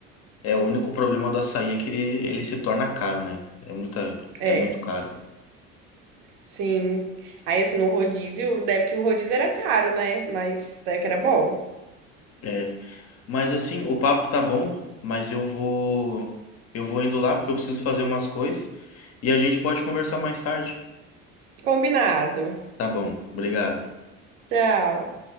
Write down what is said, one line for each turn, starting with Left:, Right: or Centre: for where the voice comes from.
Left: é o único problema do açaí é que ele, ele se torna caro, né? É muita,
Right: É,
Left: é muito caro.
Right: sim. Aí assim, no rodízio, deve que o rodízio era caro, né? Mas deve que era bom.
Left: É. Mas assim, o papo tá bom, mas eu vou eu vou indo lá porque eu preciso fazer umas coisas e a gente pode conversar mais tarde.
Right: Combinado.
Left: Tá bom, obrigado.
Right: Tchau.